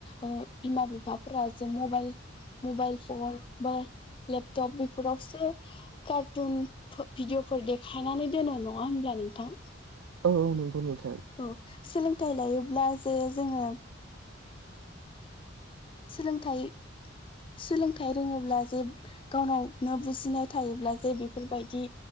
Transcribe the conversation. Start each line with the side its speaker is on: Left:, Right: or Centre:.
Left: ओ बिमा बिफाफोरा जे मबाइल मबाइल फन बा लेपटप बेफोरावसो कार्टुन भिडिअफोर देखायनानै दोनो नङा होनब्ला नोंथां
Right: औ औ नंगौ नोंथां
Left: औ सोलोंथाइ लायोब्ला जे जोङो सोलोंथाइ सोलोंथाइ रोङोब्ला जे गावनावनो बुजिनाय थायोब्ला जे बेफोरबायदि